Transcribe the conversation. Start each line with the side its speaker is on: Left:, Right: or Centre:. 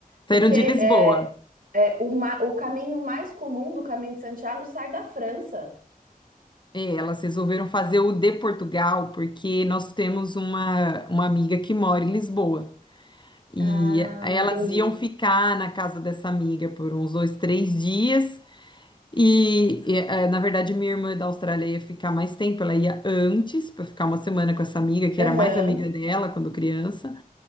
Left: Saíram
Right: Porque
Left: de
Right: é,
Left: Lisboa.
Right: é, o, ma- o caminho mais comum do caminho de Santiago sai da França.
Left: É, elas resolveram fazer o de Portugal, porque nós temos uma, uma amiga que mora em Lisboa. E
Right: Ah,
Left: aí
Right: entendi.
Left: elas iam ficar na casa dessa amiga por uns dois, três dias. E, e, eh, na verdade, minha irmã da Austrália ia ficar mais tempo. Ela ia antes para ficar uma semana com essa amiga, que
Right: Aham,
Left: era mais amiga dela quando criança.